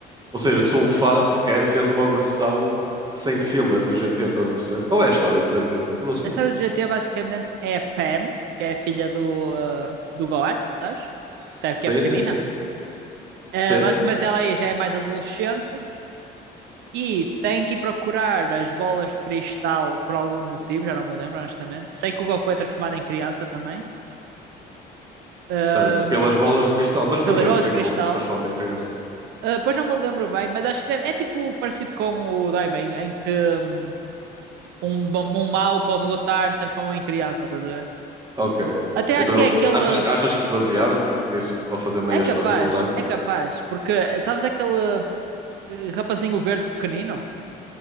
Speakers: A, on the right; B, on the right.
A: Ou seja, se um fã sequer fez uma versão sem fillers do GT, estás a perceber? Qual é a história do GT? Eu não sei.
B: A história do GTA basicamente é a Pam, que é a filha do, eh, do Gohan, sabes?
A: Sim,
B: Tá- Que é pequenina.
A: sim, sim.
B: Eh,
A: Sim,
B: basicamente ela aí já é mais adolescente e tem que ir procurar as bolas de cristal por algum motivo, já não me lembro honestamente. Sei que o Goku é transformado em criança também. Ahm,
A: certo. Pelas bolas de cristal. Mas porquê?
B: pelas bolas
A: Porque
B: de
A: é
B: cristal.
A: que ele se transforma em criança?
B: Ah, pois não me lembro bem, mas acho que deve- é tipo parecido com o Daima, em, em que hum, um, um mau pode derrotar, transforma em criança, estás a ver?
A: Ok.
B: Até
A: Então
B: acho que
A: eles
B: é aquele.
A: achas, que- achas que se basearam tipo, nisso para fazer meia
B: É capaz,
A: história do Daima?
B: é capaz, porque sabes aquele eh, rapazinho verde pequenino